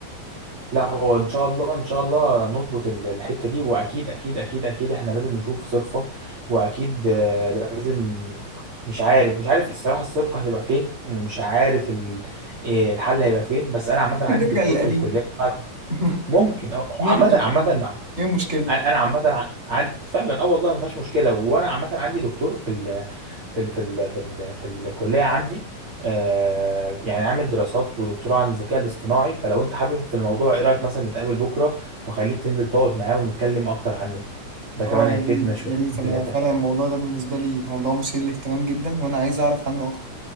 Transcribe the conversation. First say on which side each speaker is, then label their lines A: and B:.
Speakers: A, on the right; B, on the right.
A: لا هو ان شاء الله ان شاء الله نظبط ال- الحتة دي واكيد اكيد اكيد اكيد احنا لازم نشوف صرفة واكيد آه، لازم مش عارف مش عارف الصراحة الصرفة هتبقى فين ومش عارف ال- إيه الحل هيبقى فين بس انا عامة
B: ممكن
A: عندي
B: نرجع
A: دكتور
B: للقديم
A: في الكلية بتاعتي
B: <laughs>
A: ممكن اه
B: نرجع
A: عامة
B: للقديم.
A: عامة
B: ايه المشكلة
A: انا أنا عامه عن... عن... فعلا اه والله ما فيهاش مشكله وانا عامه عندي دكتور في ال... في ال... في ال... في ال... في الكليه عندي آه يعني عامل دراسات ودكتوراه عن الذكاء الاصطناعي فلو انت حابب في الموضوع ايه رايك مثلا نتقابل بكره وخليك تنزل تقعد معاه ونتكلم اكتر عنه ده
B: اه
A: كمان هيفيدنا
B: يا ريت
A: شويتين
B: يا ريت انا
A: ثلاثه
B: فعلا الموضوع ده بالنسبة لي موضوع مثير للاهتمام جدا وانا عايز اعرف عنه اكتر